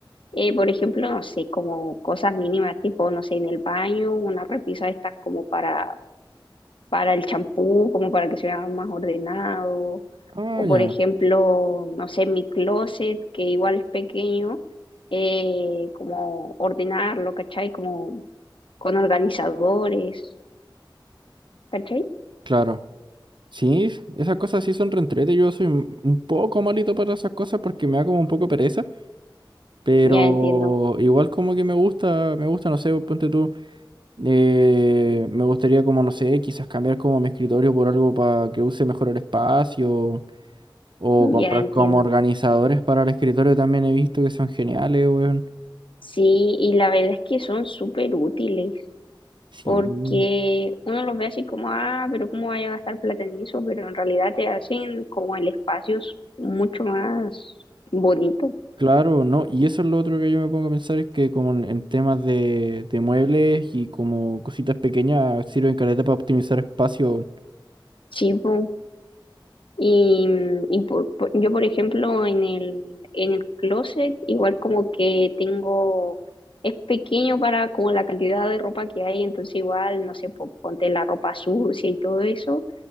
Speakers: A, on the left; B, on the right.
A: Eh, por ejemplo, no sé, como cosas mínimas, tipo, no sé, en el baño, una repisa de estas como para, para el champú, como para que se vea más ordenado.
B: Ah,
A: O
B: ya,
A: por ejemplo, no sé, mi closet, que igual es pequeño, eh, como ordenarlo, ¿cachai? Como con organizadores, ¿cachai?
B: claro. Sí, esas cosas sí son reentrete. Yo soy un un poco malito para esas cosas porque me da como un poco pereza, pero
A: Ya entiendo,
B: igual como que me gusta, me gusta, no sé, ponte tú, eh, me gustaría como, no sé, quizás cambiar como mi escritorio por algo para que use mejor el espacio o comprar
A: ya entiendo.
B: como organizadores para el escritorio también he visto que son geniales, weón.
A: Sí, y la verdad es que son súper útiles,
B: Sí.
A: porque uno los ve así como, ah, pero ¿cómo vaya a gastar plata en eso? Pero en realidad te hacen como el espacio s- mucho más bonito,
B: Claro, no, y eso es lo otro que yo me pongo a pensar, es que como en, en temas de, de muebles y como cositas pequeñas sirven caleta para optimizar espacio.
A: chivo. Y, mm, y por- por- yo, por ejemplo, en el, en el closet, igual como que tengo, es pequeño para como la cantidad de ropa que hay, entonces igual, no sé, po- ponte la ropa sucia y todo eso,